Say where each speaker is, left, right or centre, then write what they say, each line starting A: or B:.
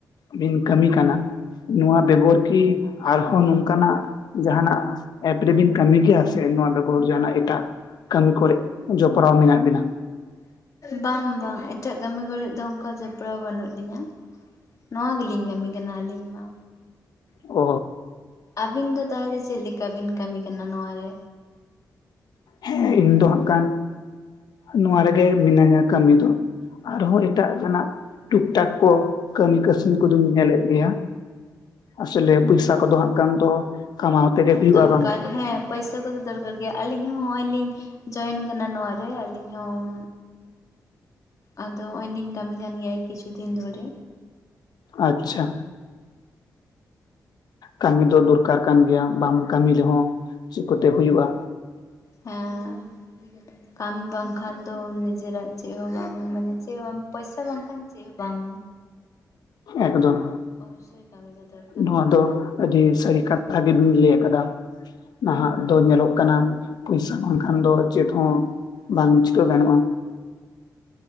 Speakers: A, on the left (about 80°); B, on the left (about 50°).
A: ᱵᱤᱱ ᱠᱟᱹᱢᱤ ᱠᱟᱱᱟ᱾ ᱱᱚᱣᱟ ᱵᱮᱜᱚᱨ ᱠᱤ ᱟᱨᱦᱚᱸ ᱱᱚᱝᱠᱟᱱᱟᱜ ᱡᱟᱦᱟᱱᱟᱜ ᱮᱯ, ᱟᱵᱤᱱ ᱠᱟᱹᱢᱤ ᱜᱮᱭᱟ ᱥᱮ ᱱᱚᱣᱟ ᱵᱮᱜᱚᱨ ᱡᱟᱦᱟᱱᱟᱜ ᱮᱴᱟᱜ ᱠᱟᱹᱢᱤ ᱠᱚᱨᱮ ᱡᱚᱯᱲᱟᱣ ᱢᱮᱱᱟᱜ ᱵᱤᱱᱟ?
B: ᱵᱟᱝ ᱵᱟᱝ ᱮᱴᱟᱜ ᱠᱟᱹᱢᱤ ᱠᱚᱨᱮ ᱫᱚ ᱚᱱᱠᱟ ᱡᱚᱯᱲᱟᱣ ᱵᱟᱹᱱᱩᱜ ᱞᱤᱧᱟᱹ᱾ ᱱᱚᱣᱟ ᱜᱮᱞᱤᱧ ᱠᱟᱹᱢᱤ ᱠᱟᱱᱟ ᱟᱹᱞᱤᱧ ᱢᱟ᱾
A: ᱚᱻ
B: ᱟᱹᱵᱤᱱ ᱫᱚ ᱛᱟᱦᱚᱞᱮ ᱪᱮᱫ ᱞᱮᱠᱟ ᱵᱤᱱ ᱠᱟᱹᱢᱤ ᱠᱟᱱᱟ ᱱᱚᱣᱟ ᱨᱮ?
A: ᱦᱮᱸ ᱤᱧ ᱫᱚ ᱦᱟᱜ ᱠᱷᱟᱱ ᱱᱚᱣᱟ ᱨᱮᱜᱮ ᱢᱤᱱᱟᱹᱧᱟ ᱠᱟᱹᱢᱤ ᱫᱚ᱾ ᱟᱨ ᱦᱚᱸ ᱮᱴᱟᱜ ᱨᱮᱱᱟᱜ ᱴᱩᱠᱴᱟᱠ ᱠᱚ᱾ ᱠᱟᱹᱢᱤ ᱠᱟᱹᱥᱱᱤ ᱠᱚᱫᱚᱧ ᱧᱮᱞᱮᱫ ᱜᱮᱭᱟ ᱟᱥᱚᱞᱮ ᱯᱚᱭᱥᱟ ᱠᱚᱫᱚ ᱦᱟᱸᱜ ᱠᱟᱱ ᱫᱚ, ᱠᱟᱢᱟᱣ ᱛᱮᱜᱮ ᱦᱩᱭᱩᱜᱼᱟ
B: ᱫᱚᱨᱠᱟᱨ
A: ᱵᱟᱝ
B: ᱦᱮᱸ ᱯᱚᱭᱥᱟ ᱠᱚᱫᱚ ᱫᱚᱨᱠᱟᱨ ᱜᱮ ᱟᱹᱞᱤᱧ ᱦᱚᱸ-ᱚᱭ ᱞᱤᱧ, ᱡᱚᱭᱮᱱ ᱠᱟᱱᱟ ᱱᱚᱣᱟᱨᱮ ᱟᱹᱞᱤᱧ ᱦᱚᱸ᱾ ᱟᱫᱚ ᱱᱚᱜᱚᱭ ᱞᱤᱧ ᱠᱟᱹᱢᱤ ᱠᱟᱱ ᱜᱮᱭᱟ ᱠᱤᱪᱷᱩ ᱫᱤᱱ ᱫᱷᱚᱨᱮ᱾
A: ᱟᱪᱷᱟ᱾ ᱠᱟᱹᱢᱤ ᱫᱚ ᱫᱚᱨᱠᱟᱨ ᱠᱟᱱ ᱜᱮᱭᱟ ᱵᱟᱢ ᱠᱟᱹᱢᱤ ᱞᱮᱦᱚᱸ ᱪᱮᱫ ᱠᱚᱛᱮ ᱦᱩᱭᱩᱜᱼᱟ᱾
B: ᱦᱮᱸ ᱠᱟᱹᱢᱤ ᱵᱟᱝᱠᱷᱟᱱ ᱫᱚ ᱱᱤᱡᱮᱨᱟᱜ ᱪᱮᱫ ᱦᱚᱸ ᱵᱟᱝ ᱢᱟᱱᱮ ᱪᱮᱫ ᱵᱟᱝ ᱯᱚᱭᱥᱟ ᱵᱟᱝ ᱠᱟᱱ ᱪᱮᱫ ᱦᱚᱸ ᱵᱟᱝ᱾
A: ᱮᱠᱫᱚᱢ᱾
B: ᱚᱵᱚᱥᱚᱭ ᱠᱟᱹᱢᱤ ᱫᱚ ᱫᱚᱨᱠᱟᱨ᱾
A: ᱱᱚᱣᱟ ᱫᱚ ᱟᱹᱰᱤ ᱥᱟᱹᱨᱤ ᱠᱟᱛᱷᱟ ᱜᱮᱵᱮᱱ ᱞᱟᱹᱭ ᱟᱠᱟᱫᱟ᱾ ᱱᱟᱦᱟᱜ ᱫᱚ ᱧᱮᱞᱚᱜ ᱠᱟᱱᱟ ᱯᱚᱭᱥᱟ ᱵᱟᱝᱠᱷᱟᱱ ᱫᱚ ᱪᱮᱫ ᱦᱚᱸ ᱵᱟᱝ ᱪᱤᱠᱟᱹ ᱜᱟᱱᱚᱜᱼᱟ᱾